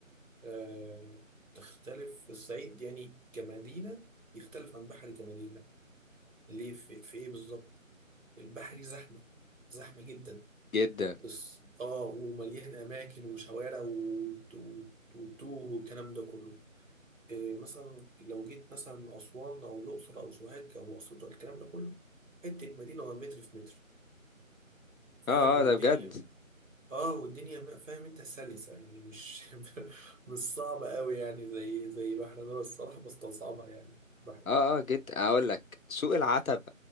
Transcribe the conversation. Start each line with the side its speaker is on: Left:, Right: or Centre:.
Right: آه... تختلف الصعيد يعني كمدينة يختلف عن بحري كمدينة ليه في, في إيه بالظبط؟ البحري زحمة زحمة جدا
Left: جدا
Right: بس اه ومليان أماكن وشوارع وت- وت- وتوه والكلام ده كله إيه مثلا لو جيت مثلا أسوان أو الأقصر أو سوهاج أو أسيوط أو الكلام ده كله حتة مدينة ولا متر في متر فاهم
Left: اه
Right: والدنيا
Left: اه ده بجد
Right: اه والدنيا ما- فاهم انت سلسة يعني مش <laughs> مش صعبة قوي يعني زي زي بحر انا الصراحة بستصعبها يعني بحري
Left: اه اه جدا اقول لك سوق العتبة